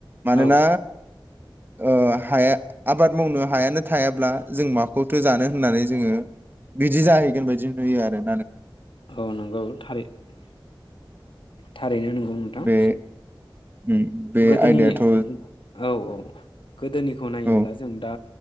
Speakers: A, on the right; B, on the left.
A: मानोना
B: औ
A: ओ हाया आबाद मावनो हायानो थायाब्ला जों माखौथो जानो होननानै जोङो बिदि जाहैगोन बायदि नुयो आरो
B: औ नंगौ थारै थारैनो नंगौ नोंथां
A: बे उम बे
B: गोदोनि
A: आयदायाथ'
B: औ औ गोदोनिखौ नायोब्ला
A: औ
B: जों दा